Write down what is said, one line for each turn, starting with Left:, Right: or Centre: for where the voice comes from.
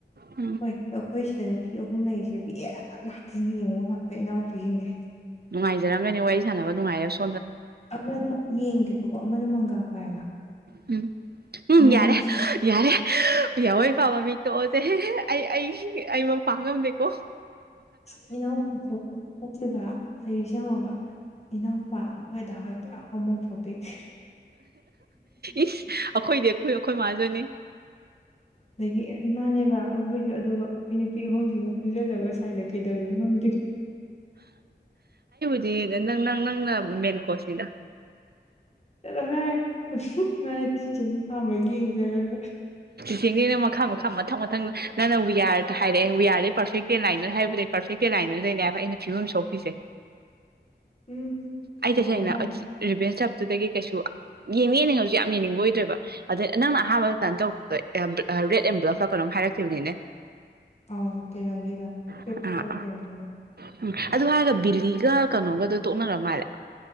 Right: ꯎꯝ
Left: ꯍꯣꯏ ꯑꯩꯈꯣꯏꯁꯦ ꯁꯤꯗ ꯅꯨꯄꯤ ꯑꯍꯨꯝ ꯂꯩꯔꯤꯁꯦ ꯌꯥꯝ ꯉꯥꯛꯇ ꯌꯦꯡꯉꯨ ꯉꯥꯛꯇ ꯏꯅꯥꯎꯄꯤꯒꯤꯅꯤ
Right: ꯅꯨꯡꯉꯥꯏꯖꯔꯝꯒꯅꯤ ꯋꯥꯔꯤ ꯁꯥꯅꯕ ꯅꯨꯉꯥꯏꯔꯁꯨ
Left: ꯑꯃꯅ ꯌꯦꯡꯗꯦꯕꯀꯣ ꯑꯃꯅ ꯃꯪꯒ ꯄꯥꯏꯕ
Right: ꯎꯝ ꯎꯝ
Left: ꯃꯌꯥꯝꯕꯁꯨ
Right: ꯌꯥꯔꯦ ꯌꯥꯔꯦ ꯌꯥꯋꯣꯏ ꯄꯕꯥ ꯃꯤꯠꯇꯣꯛꯑꯁ‌ꯦ ꯑꯩ ꯑꯩ ꯑꯩ ꯃꯄꯥ ꯉꯝꯗꯦ ꯑꯣ
Left: ꯑ ꯏꯅꯥꯎꯄꯥꯁꯨ ꯆꯠꯈꯤꯕ ꯂꯩꯔꯤꯁꯦ ꯌꯦꯡꯉꯣꯕ ꯏꯅꯧꯄꯥ ꯑꯩꯈꯣꯏ ꯗꯥ ꯍꯣꯏ ꯄꯨꯔꯥ ꯍꯣꯃꯣꯐꯣꯕꯤꯛ
Right: ꯏꯁ ꯑꯩꯈꯣꯏꯗꯤ ꯑꯩꯈꯣꯏ ꯈ‌ꯣꯏ ꯃꯥꯖꯨꯅꯤ
Left: ꯑꯗꯒꯤ ꯃꯥꯅꯦꯕ ꯑꯩꯈꯣꯏꯁꯨ ꯑꯗꯨꯒ ꯑꯩꯈꯣꯏ ꯅꯨꯄꯤ ꯑꯍꯨꯝꯁꯤꯅ ꯄꯨꯟꯁꯤꯜꯂꯒ ꯁꯋꯥꯏꯗ ꯀꯩꯗꯧꯔꯤꯅꯣ ꯈꯪꯗꯦ
Right: ꯁꯤ ꯅꯪ ꯅꯪ ꯅꯪꯅ ꯃꯦꯟ ꯀꯣꯁꯅꯤꯗ
Left: ꯆꯣꯍꯦ ꯅꯨꯡꯁꯤ ꯃꯥꯅ ꯆꯤꯆꯦꯒꯤ ꯄꯥꯝꯕꯒꯤ ꯌꯦꯡꯖꯔꯒ
Right: ꯇꯦꯡꯗꯅ ꯃꯈꯥ ꯃꯈꯥ ꯃꯊꯪ ꯃꯊꯪ ꯅꯪꯅ ꯋꯤꯌꯥꯔ ꯍꯥꯏꯔꯛꯑꯦ ꯋꯤꯌꯥꯔꯗꯤ ꯄꯔꯐꯦꯛꯇꯦ ꯂꯥꯏꯟ ꯍꯥꯏꯕꯗ ꯄꯔꯐꯦꯛꯇꯦ ꯂꯥꯏꯟꯗ ꯂꯩꯅꯦ ꯍꯥꯏꯕ ꯑꯩꯅ ꯐꯤꯕꯝ ꯁꯣꯛꯄꯤꯁꯦ
Left: ꯎꯝ
Right: ꯑꯩ
Left: ꯌꯥꯔꯦ
Right: ꯇꯁꯦꯡꯅ
Left: ꯌꯥꯔꯦ
Right: ꯔꯤꯕꯦꯟꯁ ꯗꯨꯗꯒꯤ ꯀꯩꯁꯨ ꯃꯤ ꯃꯤꯅ ꯉꯝ ꯌꯥꯝ ꯌꯦꯡꯅꯤꯡꯕ ꯑꯣꯏꯗ꯭ꯔꯦꯕ ꯑꯗꯨ ꯅꯪꯅ ꯑꯍꯥꯟꯕ ꯀꯩꯅꯣ ꯇꯧꯕꯗꯣ ꯔꯦꯗ ꯑꯦꯟꯕꯦꯂꯞ ꯀꯩꯅꯣꯝ ꯍꯥꯏꯔꯛꯈꯤꯕꯅꯤꯅꯦ
Left: ꯑꯥꯎ ꯀꯩꯅꯣꯒꯤꯗꯣ
Right: ꯑꯥ ꯑꯥ
Left: ꯀꯩꯅꯣꯒꯤꯗꯣ
Right: ꯎꯝ ꯑꯗꯨ ꯍꯥꯏꯔꯒ ꯕꯤꯂꯤꯒ ꯀꯩꯅꯣꯒꯗꯣ ꯇꯣꯛꯅꯔ ꯃꯥꯜꯂꯦ